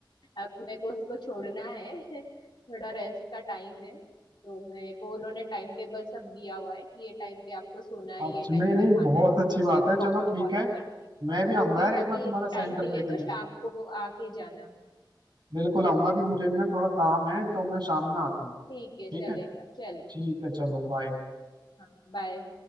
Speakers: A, on the left (about 60°); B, on the right (about 60°).
A: अब मेरे को उसको छोड़ना है थोड़ा रेस्ट का टाइम है तो मेरे को उन्होंने टाइम टेबल सब दिया हुआ है कि ये टाइम पे आपको सोना है
B: अच्छा
A: ये
B: नहीं
A: टाइम
B: नहीं
A: पे खाना
B: बहुत
A: है
B: अच्छी
A: तो मैं
B: बात है
A: प्रॉपर
B: चलो ठीक
A: फॉलो
B: है
A: करती हूँ
B: मैं भी आऊंगा
A: तो फिर
B: यार
A: कभी
B: एक बार तुम्हारा
A: टाइम
B: सेंटर
A: मिले
B: देखने
A: तो शाम को आके जाना
B: बिल्कुल आऊंगा भी मुझे भी ना थोड़ा काम है तो मैं शाम में आता हूँ
A: ठीक है
B: ठीक
A: चलेगा
B: है
A: चलो
B: ठीक है चलो
A: ओके,
B: बाय
A: हाँ बाय